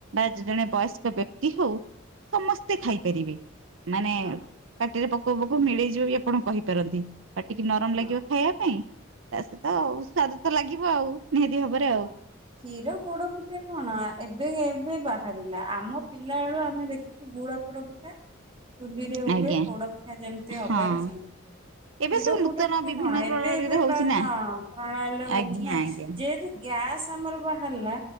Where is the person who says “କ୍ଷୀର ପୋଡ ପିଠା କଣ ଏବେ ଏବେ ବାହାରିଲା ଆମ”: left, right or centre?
Right